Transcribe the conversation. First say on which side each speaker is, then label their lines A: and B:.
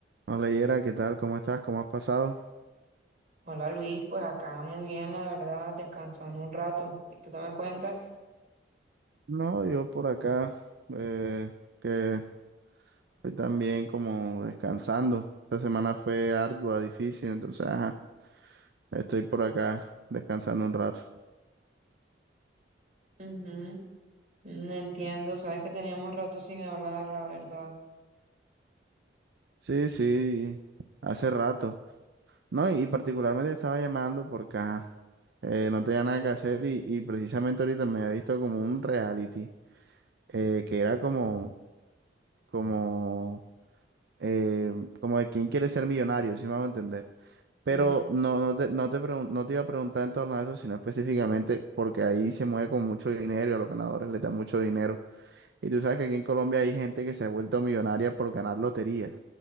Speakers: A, on the right; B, on the right.
A: Hola Yera, ¿qué tal? ¿Cómo estás? ¿Cómo has pasado?
B: Hola Luis, pues acá muy bien, la verdad, descansando un rato. ¿Y tú qué me cuentas?
A: No, yo por acá, eh, que estoy también como descansando. Esta semana fue ardua, difícil, entonces, ajá, estoy por acá descansando un rato.
B: Ujú, No entiendo, sabes que teníamos rato sin hablar, la verdad.
A: Sí, sí, hace rato. No, y, y particularmente estaba llamando porque, ajá, eh, no tenía nada que hacer y, y precisamente ahorita me había visto como un reality, eh, que era como, como, eh, como de quién quiere ser millonario, si me hago entender. Pero
B: Ujú,
A: no, no te, no te, pregun- no te iba a preguntar en torno a eso, sino específicamente porque ahí se mueve con mucho dinero y a los ganadores les da mucho dinero. Y tú sabes que aquí en Colombia hay gente que se ha vuelto millonaria por ganar loterías,